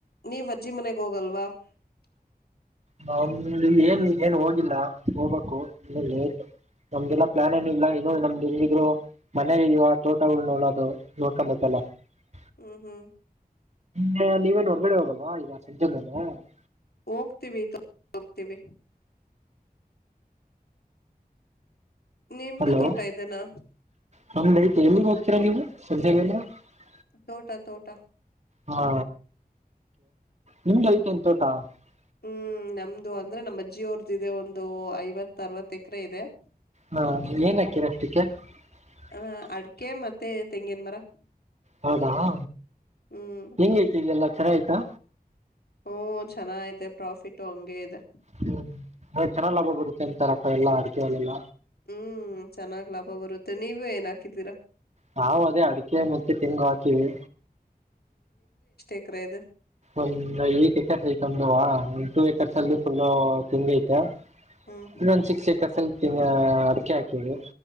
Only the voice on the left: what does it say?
ನೀವ್ ಅಜ್ಜಿ ಮನೆಗ್ ಹೋಗಲ್ವಾ <unintelligible>
ಹ್ಮ್ ಹ್ಮ್ <unintelligible>
ಹೋಗ್ತೀವಿ ವ ನಾವು ಹೋಗ್ತೀವಿ <unintelligible> ನಿಮ್ದು
ತೋಟ ಇದೆನಾ
ತೋಟ ತೋಟ <unintelligible>
ಹ್ಮ್ ನಮ್ದು ಅಂದ್ರೆ ನಮ್ಮಜ್ಜಿಯ ಅವರ್ದ ಇದೆ ಒಂದು ಐವತ್ ಅರವತ್ ಎಕರೆ ಇದೆ <unintelligible>
ಹ ಅಡ್ಕೆ ಮತ್ತೆ ತೆಂಗೇನ್ ಮರ <unintelligible>
ಹ್ಮ್
ಹ್ಮ ಚೆನ್ನ ಐತೆ ಪ್ರಾಫಿಟು ಹಂಗೆ ಇದೆ
ಹ್ಮ್ ಚೆನ್ನಾಗ್ ಲಾಭ ಬರುತ್ತೆ ನೀವ ಏನ್ ಹಾಕಿದ್ದೀರಾ
ಎಕ್ರೆ ಇದು
ಹ್ಮ್